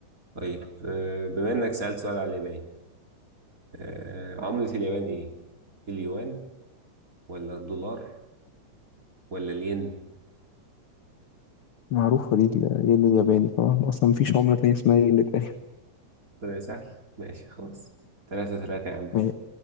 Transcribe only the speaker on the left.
معروفة دي ال الين الياباني طبعًا أصلًا ما فيش عملة تانية اسمها ين تقريبًا
ما هي